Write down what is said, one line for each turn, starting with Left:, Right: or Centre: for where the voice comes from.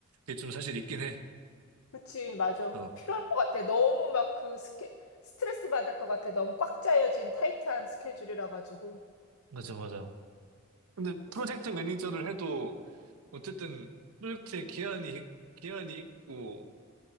Right: 게 좀 사실 있긴 해.
Left: 그치, 맞아.
Right: 어.
Left: 그 필요할 것 같아. 너무 막 그 스케, 스트레스 받을 것 같아. 너무 꽉 짜여진 타이트한 스케줄이라 가지고.
Right: 맞아, 맞아. 근데
Left: 고생이
Right: 프로젝트 매니저를
Left: 많아.
Right: 해도 어쨌든 프로젝트에 기한이, 기한이 있고